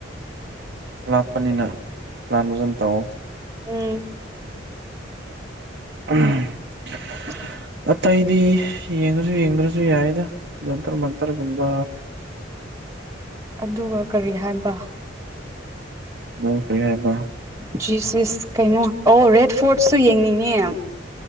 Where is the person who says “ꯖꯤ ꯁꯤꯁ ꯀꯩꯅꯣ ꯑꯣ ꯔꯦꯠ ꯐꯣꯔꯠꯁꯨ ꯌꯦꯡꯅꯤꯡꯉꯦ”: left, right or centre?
Right